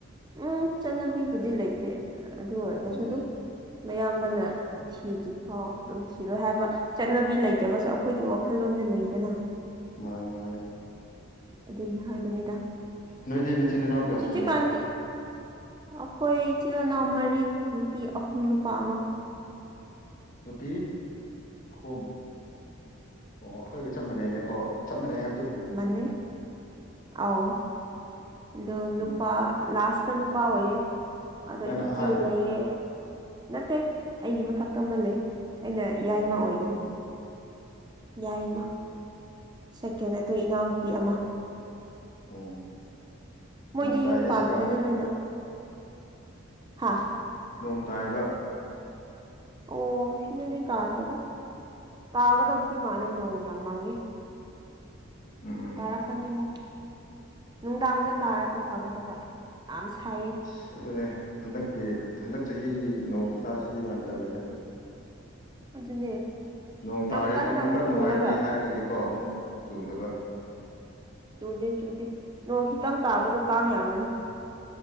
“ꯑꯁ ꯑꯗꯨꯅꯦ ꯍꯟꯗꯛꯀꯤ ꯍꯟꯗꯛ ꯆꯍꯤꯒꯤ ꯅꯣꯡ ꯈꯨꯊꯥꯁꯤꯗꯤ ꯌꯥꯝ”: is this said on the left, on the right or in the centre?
Left